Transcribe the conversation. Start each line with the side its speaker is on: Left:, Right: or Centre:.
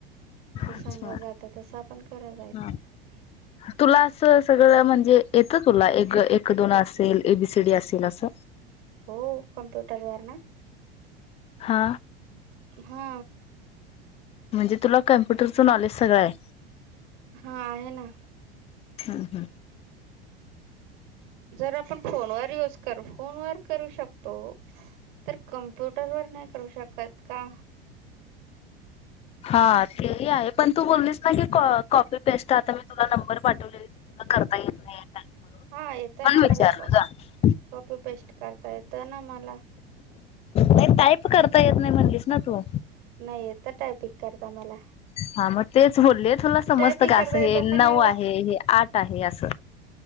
Right: ते
Left: अच्छा
Right: सांगलं जात तस आपण करा जायचं
Left: हा तुला सगळं म्हणजे येतं तुला एक एक दोन असेल एबीसीडी असेल असं
Right: हो कम्प्युटर वरना
Left: हा
Right: हा
Left: म्हणजे तुला कम्प्युटरचं नॉलेज सगळं आहे
Right: हा आहे ना
Left: हम्म हम्
Right: जर आपण फोनवर युज करू फोनवर करू शकतो तर कॉम्प्युटरवर नाही करू शकत का
Left: हा तेही आहे पण तू बोललीस ना की कॉपी पेस्ट आता मी तुला नंबर पाठवले करता येत नाही या टाईप म्हणून
Right: हा येतं
Left: म्हणून
Right: ना मला
Left: विचारलं
Right: कॉ
Left: ग
Right: कॉपी पेस्ट करता येत ना मला
Left: नाही टाईप करता येत नाही म्हणलीस ना तू
Right: नाही येत टायपिंग करता मला
Left: हा मग तेच बोलले तुला समजत
Right: टायपिंग
Left: का
Right: करता
Left: असं हे
Right: येतं पण
Left: नऊ
Right: एवढं
Left: आहे हे आठ आहे असं